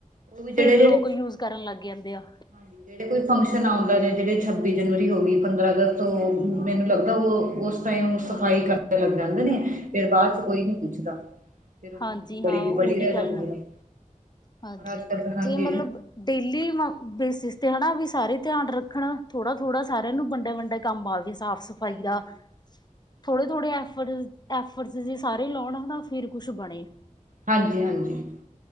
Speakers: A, on the right; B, on the left.
A: ਉਹ ਵੀ ਜਿਹੜੇ
B: ਫਿਰ
A: ਜਿਹੜੇ
B: ਲੋਕ ਯੂਜ ਕਰਨ ਲੱਗ ਜਾਂਦੇ ਆ।
A: ਹਾਂਜੀ, ਕੋਈ ਫੰਕਸ਼ਨ ਆਉਂਦੇ ਨੇ ਜਿਹੜੇ ਛੱਬੀ ਜਨਵਰੀ ਹੋ ਗਈ, ਪੰਦਰਾਂ ਅਗਸਤ ਤੋਂ ਮੈਨੂੰ ਲੱਗਦਾ, ਉਹ ਉਸ ਸਫ਼ਾਈ ਕਰਨ ਲੱਗ ਜਾਂਦੇ ਨੇ ਫਿਰ ਬਾਅਦ ਚ ਕੋਈ ਨੀ ਪੁੱਛਦਾ। ਫਿਰ ਉਹ ਗੰਦਗੀ
B: ਹਾਂਜੀ,
A: ਪੜੀ
B: ਹਾਂ
A: ਦੀ
B: ਉਹੀ
A: ਪੜੀ ਰਹਿ
B: ਗੱਲ
A: ਜਾਂਦੀ
B: ਆ।
A: ਨੇ
B: ਹਾਂਜੀ,
A: ਔਰ ਅੱਜ ਕੱਲ ਤਾਂ ਹਾਂਜੀ
B: ਜੇ ਮਤਲੱਬ ਡੇਲੀ ਬੇਸਿਸ ਤੇ ਹਨਾ ਵੀ ਸਾਰੇ ਧਿਆਨ ਰੱਖਣ, ਥੋੜਾ-ਥੋੜਾ ਸਾਰਿਆਂ ਨੂੰ ਵੰਡਾ-ਵੰਡਾ, ਕੰਮ ਆ ਵੀ ਸਾਫ਼ ਸਫ਼ਾਈ
A: ਹਾਂਜੀ
B: ਦਾ
A: ਹਾਂਜੀ
B: ਥੋੜੇ-ਥੋੜੇ ਐਫਰਡ-ਐਫਰਡ ਸਾਰੇ ਲਾਉਣ ਨਾ ਫਿਰ ਕੁੱਛ ਬਣੇ।
A: ਹਾਂਜੀ-ਹਾਂਜੀ,